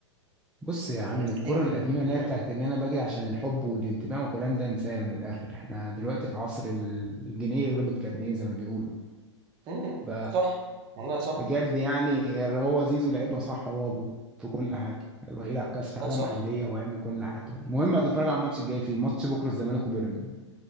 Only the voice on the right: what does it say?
في ناس
كتير
امم
امم
صح والله صح
والله صح